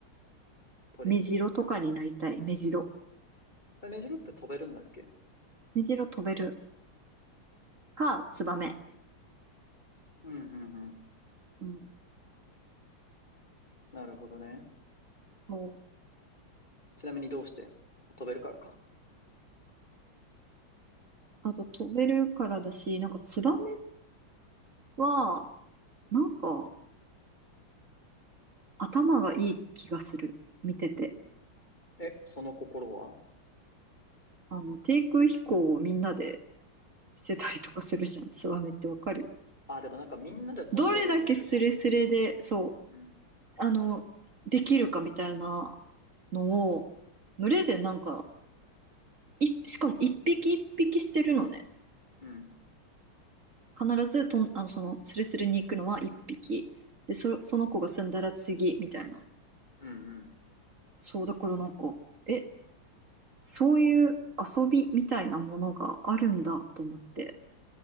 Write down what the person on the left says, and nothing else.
鳥。
メジロって飛べるんだっけ
うん、うん、うん。
なるほどね。
ちなみにどうして飛べるからか。
え、その心は
あ、でもなんかみんなで飛んでるのを見ると、
うん、
うん、
うん、うん、